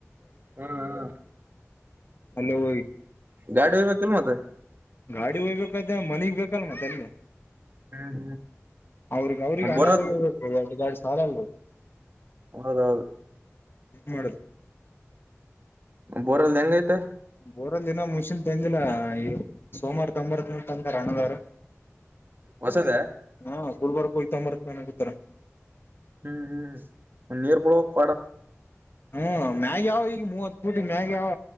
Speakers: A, on the right; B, on the left.
A: ಹ್ಮ ಹ
B: ಅಲ್ಲೇ ಹೋಗಿ
A: ಗಾಡಿ ಒಯ್ಬೇಕಿಲ್ಲ ಮತ್ತ
B: ಗಾಡಿ ಹೋಗ್ಬೇಕತ್ತ ಮನೆಗ್ ಬೇಕಲ್ ಮತ್ತೆ ಅಲ್ಲಿೇ
A: ಹ್ಮ್
B: ಅವ್ರಿಗೆ ಅವ್ರಿಗೆ
A: ಹ್ಮ್
B: ಅಣ್ಣರಿ
A: ಬರೋದ್
B: ಬೇಕುಡು ಗಾಡಿ ಸಾಲ ಅಲ್ಲ
A: ಹೌದೌದು
B: ಎ ಮಾಡುದು
A: ಬೋರ್ಲ್ ಹೆಂಗ ಐತೆ
B: ಬೋರಲ್ಲಿ ದಿನ ಮುನ್ಷನ್ ತಂದಿಲ್ಲ ಈ ಸೋಮವಾರ ತೊಂಬರ್ತೀನಿ ಅಂದರಅಣ್ಣದರ
A: ಹೊಸದೇ
B: ಹಾ ಗುಲ್ಬರ್ಗಕ ಹೋಗಿ ತಗೊಂಡು ಬರ್ತೀನಿ ಅನಕತ್ಯಾರ
A: ಹ್ಮ್ ಹ್ಮ್ ನೀರ್ ಬಿಳ ಬೇಕು ಪಾಡ್
B: ಹ್ಮ ಮ್ಯಾಗ ಯಾವ್ ಈಗ ಮೂವತ್ ಪೋಟಿಗೆ ಮ್ಯಾಗ ಯಾವ